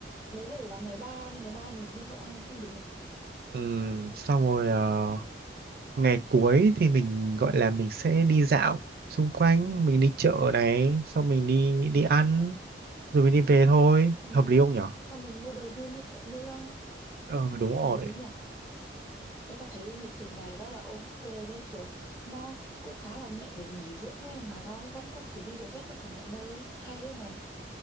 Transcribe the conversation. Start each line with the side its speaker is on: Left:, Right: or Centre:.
Left: Đấy để vào ngày 3 đi, ngày 3 mình đi Hội An cũng được.
Right: ừm, xong rồi ờ, ngày cuối thì mình gọi là mình sẽ đi dạo xung quanh mình đi chợ này xong mình đi đi ăn rồi mình đi về thôi
Left: Ừ,
Right: hợp lý không nhở
Left: xong mình mua đồ lưu niệm nữa,
Right: ờ đúng rồi
Left: hợp lý nhỉ? Người ta thấy lịch trình này rất là ok đấy kiểu nó cũng khá là nhẹ để nghỉ dưỡng ấy mà nó vẫn có thể đi được hết tất cả mọi nơi ấy. Hay đấy mày.